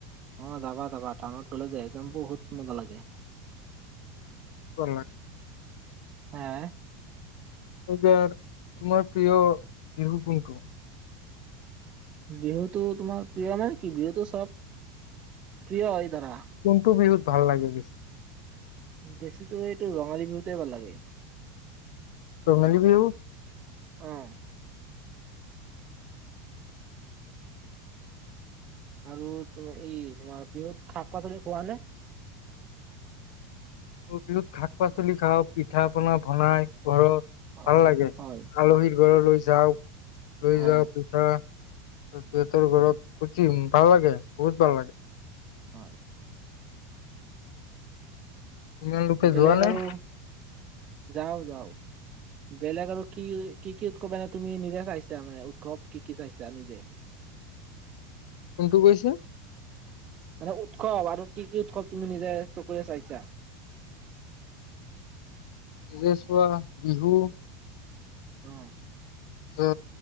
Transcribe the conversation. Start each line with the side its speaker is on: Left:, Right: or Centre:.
Right: অ যাবা যাবা টাউনত গ'লে যে একদম বহুত মজা লাগে
Left: বলাক
Right: হা
Left: এইবাৰ তোমাৰ প্ৰিয় বিহু কোনটো
Right: বিহুটো তোমাৰ প্ৰিয় মানে কি বিহুটো চব প্ৰিয় ধৰা।
Left: কোনটো বিহুত ভাল লাগে বেছি
Right: বেছি তো এইটো ৰঙালী বিহুতে ভাল লাগে
Left: তঙালি বি
Right: আহ আৰু তোমাৰ এই তোমাৰ বিহুত শাক পাচলি খোৱা নে
Left: বিহুত শাক পাচলি খাওঁ পিঠা পনা বনাই ঘৰত
Right: অ
Left: ভাল লাগে
Right: হয়
Left: আলহীৰ ঘৰ লৈ যাওক লৈ
Right: অ
Left: যাওঁ পিঠা সিহঁতৰ ঘৰত সুজি ভাল লাগে বহুত ভাল লাগে
Right: হয়
Left: আপোনালোকে
Right: বেলেগ
Left: যোৱা নাই
Right: আৰু যাও যাও বেলেগ আৰু কি কি কি উৎসৱ মনে তুমি নিজে চাইছা মানে উৎসৱ কি কি চাইছা নিজে
Left: কোনটো কৈছে
Right: মানে উৎসৱ আৰু কি কি উৎসৱ তুমি নিজে চকুৰে চাইছা
Left: চৰেচোৱা বিহু
Right: উম
Left: আ